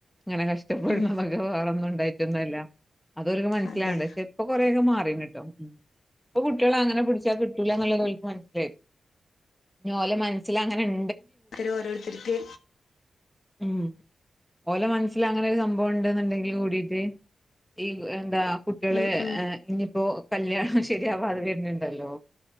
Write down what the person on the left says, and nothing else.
ഉം
അതെ
അത്തരം ഓരോര്ത്തർക്ക്
ഉം ഉം